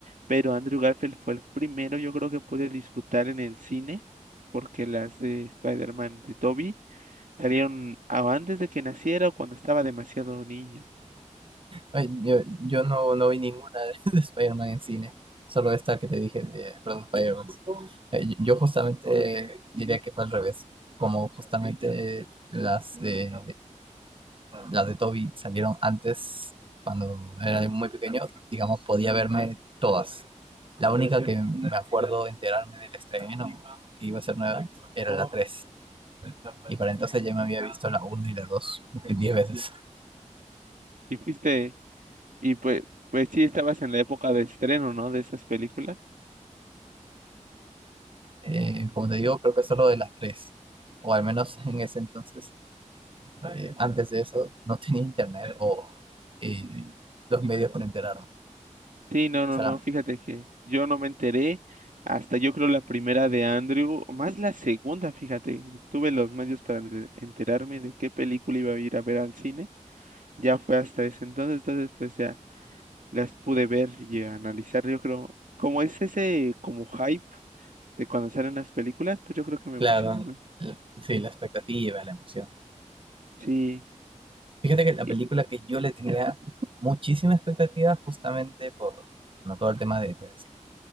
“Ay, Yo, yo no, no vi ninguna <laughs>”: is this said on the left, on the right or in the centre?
Right